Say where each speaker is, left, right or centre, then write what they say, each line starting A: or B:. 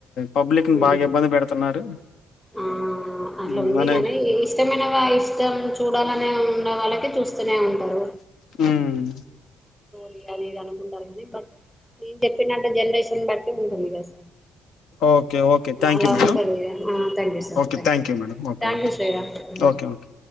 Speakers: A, on the left; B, in the centre.
A: పబ్లిక్
B: ఉమ్
A: బాగా ఇబ్బంది పెడుతున్నారు
B: ఆ అట్లా
A: హ్మ్.
B: ఉంది
A: అనే
B: కాగాని ఇష్టమైన ఇష్టం చూడాలనే ఉన్న వాళ్ళకే చూస్త వస్తూనే ఉంటారు
A: హ్మ్.
B: లి అనిద ఉండారు కాగానీ నేను చెప్పినట్టు జనరేషన్ బట్టి ఉంటుంది కదా sir
A: okay okay thank
B: అలా
A: you మేడ
B: ఉంటుంది ఆ thank you sir
A: okay thank you మేడ okay
B: thank you Sriram
A: okay okay